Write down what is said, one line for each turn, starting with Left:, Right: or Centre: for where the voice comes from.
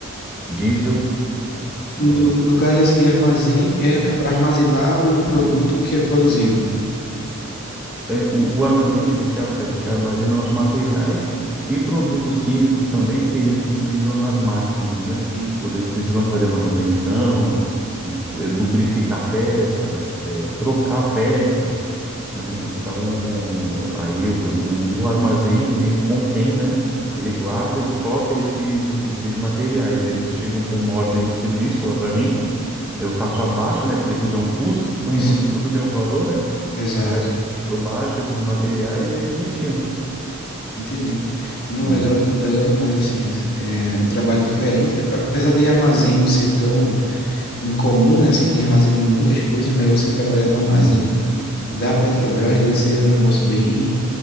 Centre: diesel. né?
Left: No, no, no caso, esse armazém é, é para armazenar o produto que é produzido.
Centre: É, o, o armazém, a gente, ar- a gente armazena os materiais e produtos químicos também que eles utilizam nas máquinas, né?
Left: Hum,
Centre: Quando eles precisam fazer manutenção, é, lubrificar peça, é, trocar peças, né? Então, aí o, o, o armazém, ele contém, né? Ele guarda, estoca esses, esses materiais. Aí Eles chegam com uma ordem de serviço lá para mim, eu faço a baixa, né? Porque tudo é um custo, então
Left: e
Centre: <laughs>
Left: Sim,
Centre: tudo tem um valor, né?
Left: exato.
Centre: Aí eu eu baixo esses materiais e eles retiram,
Left: Entendi. Não,
Centre: entendeu?
Left: legal, de- legal demais, assim, é, é um trabalho diferente. Ape- Apesar de armazém não ser tão incomum, né? Assim, tem armazém de muitas coisas, mas você trabalhar no armazém
Centre: Uhum.
Left: da Petrobras deve ser um negócio bem